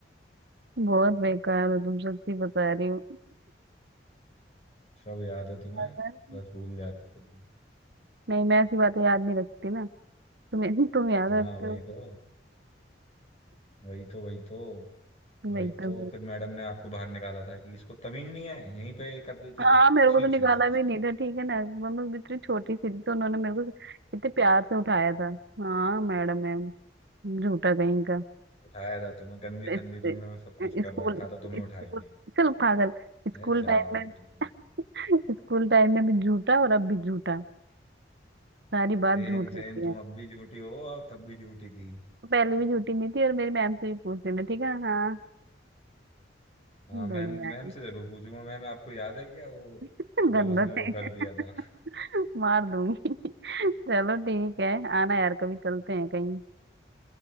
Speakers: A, on the right (about 65°); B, on the left (about 35°).
A: बहुत बेकार हो तुम सच्ची बता रही हो
B: सब याद है तुम्हें
A: अगर-
B: बस भूल जाती हो तुम
A: नहीं मैं ऐसी बातें याद नहीं रखती ना तुम तुम याद रखते
B: हाँ वही
A: हो
B: तो वही तो वही तो
A: वही
B: वही
A: तो
B: तो फिर मैडम ने आपको बाहर निकाला था कि इसको तमीज नहीं है यहीं पे कर देती
A: हाँ
B: है
A: मेरे
B: छी
A: को तो
B: छी
A: निकाला
B: छी छी
A: भी नहीं था ठीक है ना मतलब इतनी छोटी सी थी तो उन्होंने मेरे को इतने प्यार से उठाया था हाँ मैडम है झूठा कहीं का
B: उठाया था तुम्हें गंदी
A: इस-
B: संदी तुमने वो सब कुछ कर
A: स्कूल
B: रखा था तुम्हें
A: स्कूल
B: उठाएंगे
A: चल पागल स्कूल
B: ए जाओ
A: टाइम में
B: तुम
A: <laughs> स्कूल टाइम में भी झूठा और अब भी झूठा सारी बात
B: सेम
A: झूठ होती
B: सेम तुम
A: है
B: अब भी झूठी हो और तब भी झूठी थी
A: पहले भी झूठी नहीं थी और मेरी मैम से भी पूछ लेना ठीक है हाँ
B: हाँ मैम
A: बड़े
B: मैम
A: आए
B: से जरूर पूछूंगा मैम आपको याद है क्या वो
A: <laughs>
B: जब
A: गंदा
B: उसने वो
A: थे
B: कर दिया था
A: <laughs> मार दूंगी <laughs> चलो ठीक है आना यार कभी चलते हैं कहीं